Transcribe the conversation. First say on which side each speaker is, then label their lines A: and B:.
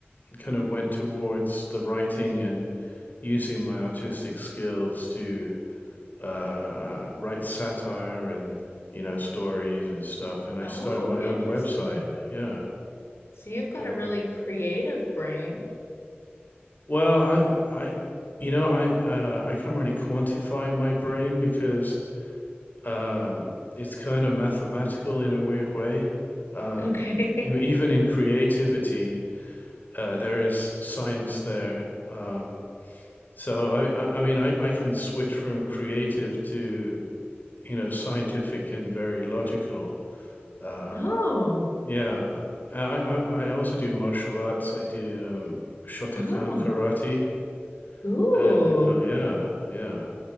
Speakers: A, on the left; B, on the left.
A: kind of went towards the writing and using my artistic skills to uh, uh, write satire and you know stories and stuff. And I
B: Oh,
A: started my
B: interesting.
A: own website. Yeah.
B: So you've got
A: So
B: a really creative brain.
A: well, I I you know I uh, I can't really quantify my brain because um, it's kind of mathematical in a weird way. Um,
B: Okay.
A: even
B: <laughs>
A: in creativity, uh, there is science there. Um, So I, I mean, I, I can switch from creative to, you know, scientific and very logical. Um,
B: Oh,
A: yeah, I, I, I also do martial arts. I do um, Shotokan
B: oh,
A: karate,
B: ooh,
A: and you know, yeah, yeah.